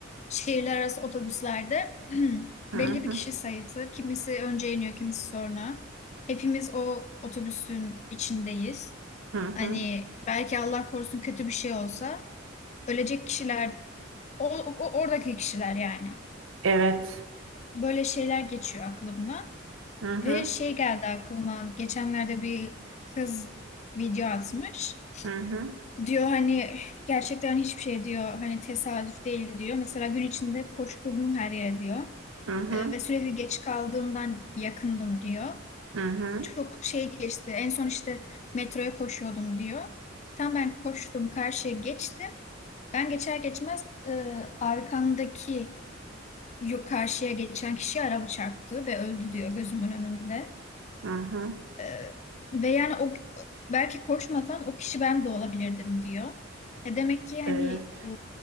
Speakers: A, on the left (about 35°); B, on the right (about 80°).
A: şehirler arası otobüslerde <clears throat>
B: Hı
A: belli
B: hı,
A: bir kişi sayısı. Kimisi önce iniyor, kimisi sonra. Hepimiz o otobüsün içindeyiz.
B: hı
A: Hani
B: hı.
A: belki Allah korusun kötü bir şey olsa ölecek kişiler o, o- oradaki kişiler yani.
B: Evet.
A: Böyle şeyler geçiyor aklımdan
B: Hı hı,
A: ve şey geldi aklıma geçenlerde bir kız video atmış.
B: hı hı,
A: Diyor hani gerçekten hiçbir şey diyor hani tesadüf değil diyor. Mesela gün içinde koşturdum her yere diyor.
B: hı hı,
A: E, ve sürekli geç kaldığımdan yakındım diyor.
B: hı hı,
A: Çok şey geçti. En son işte metroya koşuyordum diyor. Tam ben koştum karşıya geçtim. Ben geçer geçmez e, arkamdaki yo- karşıya geçen kişiye araba çarptı ve öldü diyor gözümün önünde.
B: hı hı.
A: Ee, ve yani o belki koşmasam o kişi ben de olabilirdim diyor. E demek ki hani
B: Evet.
A: e,